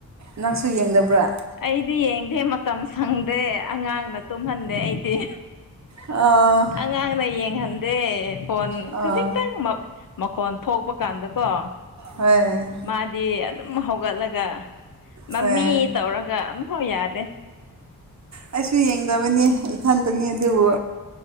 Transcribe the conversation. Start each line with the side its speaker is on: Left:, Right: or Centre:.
Right: ꯅꯪꯁꯨ ꯌꯦꯡꯗꯕ꯭ꯔꯥ
Left: ꯑꯩꯗꯤ ꯌꯦꯡꯗꯦ ꯃꯇꯝ ꯁꯪꯗꯦ ꯑꯉꯥꯡꯅ ꯇꯨꯝꯍꯟꯗꯦ ꯑꯩꯗꯤ
Right: ꯑꯥ
Left: ꯑꯉꯥꯡꯅ ꯌꯦꯡꯍꯟꯗꯦ ꯐꯣꯟ
Right: ꯑꯥ
Left: ꯈꯖꯤꯛꯇꯪꯃꯛ ꯃꯈꯣꯟ ꯊꯣꯛꯄ ꯀꯥꯟꯗꯀꯣ
Right: ꯍꯣꯏ
Left: ꯃꯥꯗꯤ ꯑꯗꯨꯝ ꯍꯧꯒꯠꯂꯒ ꯃꯃꯤ
Right: ꯍꯣꯏ
Left: ꯇꯧꯔꯒ ꯑꯝꯐꯥꯎ ꯌꯥꯗꯦ
Right: ꯑꯩꯁꯨ ꯌꯦꯡꯗꯕꯅꯤ ꯏꯊꯟꯇꯅꯤ ꯑꯗꯨꯕꯨ